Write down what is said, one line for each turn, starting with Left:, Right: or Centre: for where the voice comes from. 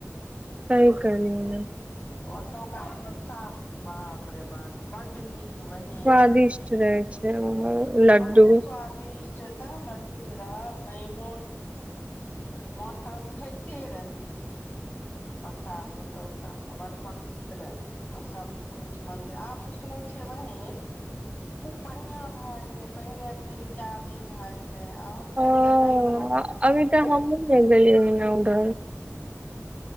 Right: कइ कहल।
Left: ओ त कात करता बाप रे बाप बड नीक। बही
Right: स्वादिष्ट रहे छै लड्डू
Left: बहुत स्वादिष्ट। जे तऽ लड्डू जे रहत मेन मोन मोन करत खते रही प्रसाद ओत। बड़ पवित्र सबकुछ मंदिर आब तऽ सुन छियै बहिीन खूब बढ़िया भए गेले पहिने से भी जाादे भए गेले। नहि आ तऽ
Right: हँ
Left: अत नहि करब पाँच साल
Right: अभी
Left: से।
Right: तऽ हमहुँ नै गेलियै हन उधर